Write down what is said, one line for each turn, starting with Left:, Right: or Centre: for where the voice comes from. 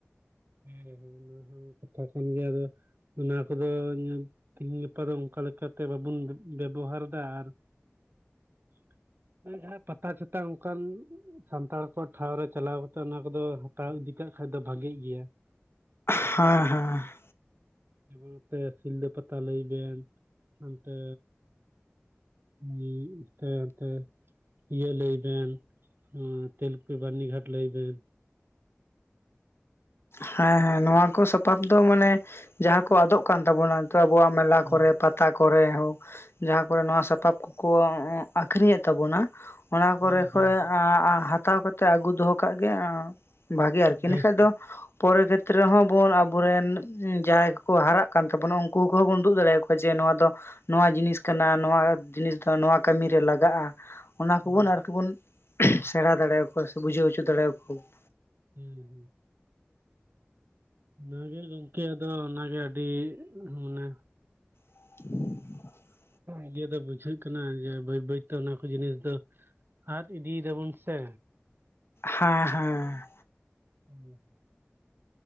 Right: ᱦᱮᱸ ᱦᱮᱸ ᱦᱮᱸ ᱚᱱᱟ ᱠᱟᱛᱷᱟ ᱠᱟᱱ ᱜᱮ ᱟᱫᱚ ᱚᱱᱟ ᱠᱚᱫᱚ ᱛᱮᱦᱤᱧ ᱜᱟᱯᱟ ᱫᱚ ᱚᱱᱠᱟ ᱞᱮᱠᱟ ᱛᱮ ᱵᱟᱵᱩᱱ ᱵᱮᱵᱚᱦᱟᱨ ᱮᱫᱟ ᱟᱨ ᱾ ᱡᱟᱦᱟᱸ ᱯᱟᱛᱟ ᱪᱷᱟᱛᱟ ᱚᱱᱠᱟᱱ ᱥᱟᱱᱛᱟᱲ ᱠᱚ ᱴᱷᱟᱶ ᱨᱮ ᱪᱟᱞᱟᱣ ᱠᱟᱛᱮᱫ ᱚᱱᱟ ᱠᱚᱫᱚ ᱦᱟᱛᱟᱣ ᱤᱫᱤ ᱠᱟᱜ ᱠᱷᱟᱡ ᱫᱚ ᱵᱷᱟᱜᱤ ᱜᱮᱭᱟ ᱾
Left: ᱦᱮᱸ ᱦᱮᱸ ᱾
Right: ᱡᱮᱵᱚᱝ ᱱᱚᱛᱮ ᱥᱤᱞᱫᱟᱹ ᱯᱟᱛᱟ ᱞᱟᱹᱭ ᱵᱮᱱ ᱦᱚᱱᱛᱮ ᱤ ᱱᱚᱛᱮ ᱦᱟᱛᱮ ᱤᱭᱟᱹ ᱞᱟᱹᱭ ᱵᱮᱱ ᱛᱮᱞ ᱠᱩᱯᱤ ᱵᱟᱹᱨᱱᱤ ᱜᱷᱟᱴ ᱞᱟᱹᱭ ᱵᱮᱱ
Left: ᱦᱮᱸ ᱦᱮᱸ, ᱱᱚᱣᱟ ᱠᱚ ᱥᱟᱯᱟᱵ ᱫᱚ ᱢᱟᱱᱮ ᱡᱟᱦᱟᱸ ᱠᱚ ᱟᱫᱚᱜ ᱠᱟᱱ ᱛᱟᱵᱚᱱᱟ, ᱱᱤᱛᱚᱜ ᱟᱵᱚᱣᱟᱜ ᱢᱮᱞᱟ
Right: ᱦᱮᱸ
Left: ᱠᱚᱨᱮ ᱯᱟᱛᱟ ᱠᱚᱨᱮ ᱦᱳᱠ ᱡᱟᱦᱟᱸ ᱠᱚᱨᱮ ᱱᱚᱣᱟ ᱥᱟᱯᱟᱵ ᱠᱚᱠᱚ ᱟᱠᱷᱨᱤᱧᱮᱫ ᱛᱟᱵᱚᱱᱟ, ᱚᱱᱟ ᱠᱚᱨᱮ
Right: ᱦᱮᱸ
Left: ᱠᱷᱚᱡ
Right: ᱦᱮᱸ
Left: ᱦᱟᱛᱟᱣ ᱠᱟᱛᱮ ᱟᱹᱜᱩ ᱫᱚᱦᱚ ᱠᱟᱜ ᱜᱮ ᱵᱷᱟᱜᱤ ᱟᱨᱠᱤ ᱤᱱᱟᱹᱠᱷᱟᱡ
Right: ᱵᱮᱥ
Left: ᱫᱚ ᱯᱚᱨᱮ ᱠᱷᱮᱛᱨᱮ ᱦᱚᱸᱵᱚᱱ ᱟᱵᱚᱨᱮᱱ ᱡᱟᱦᱟᱸᱭ ᱠᱚᱠᱚ ᱦᱟᱨᱟᱜ ᱠᱟᱱ ᱛᱟᱵᱚᱱᱟ, ᱩᱱᱠᱩ ᱠᱚᱦᱚᱸ ᱵᱚᱱ ᱩᱫᱩᱜ ᱫᱟᱲᱮᱭᱟᱠᱚ ᱾ ᱠᱚ ᱡᱮ ᱱᱚᱣᱟ ᱫᱚ ᱱᱚᱣᱟ ᱡᱤᱱᱤᱥ ᱠᱟᱱᱟ, ᱱᱚᱣᱟ ᱡᱤᱱᱤᱥ ᱫᱚ ᱱᱚᱣᱟ ᱠᱟᱹᱢᱤ ᱨᱮ ᱞᱟᱜᱟᱜᱼᱟ ᱾ ᱚᱱᱟ
Right: ᱦᱮᱸ
Left: ᱠᱚᱵᱚᱱ ᱟᱨᱠᱤ ᱵᱚᱱ ᱥᱮᱬᱟ ᱫᱟᱲᱮᱣᱟᱠᱚᱣᱟ ᱥᱮ ᱵᱩᱡᱷᱟᱹᱣ ᱦᱚᱪᱚ ᱫᱟᱲᱮᱭᱟᱠᱚᱣᱟ ᱾
Right: ᱦᱩᱸ ᱾ ᱚᱱᱟᱜᱮ ᱜᱚᱝᱠᱮ ᱟᱫᱚ ᱚᱱᱟᱜᱮ ᱟᱹᱰᱤ ᱢᱟᱱᱮ
Left: <inaudible>
Right: ᱤᱭᱟᱹ ᱫᱚ ᱵᱩᱡᱷᱟᱹᱜ ᱠᱟᱱᱟ ᱡᱮ ᱵᱟᱹᱭ ᱵᱟᱹᱭᱛᱮ ᱚᱱᱟ ᱠᱚ ᱡᱤᱱᱤᱥ ᱫᱚ ᱟᱫ ᱤᱫᱤᱭ ᱫᱟᱵᱚᱱ ᱥᱮ
Left: ᱦᱮᱸ ᱦᱮᱸ᱾
Right: ᱚᱸ <unintelligible>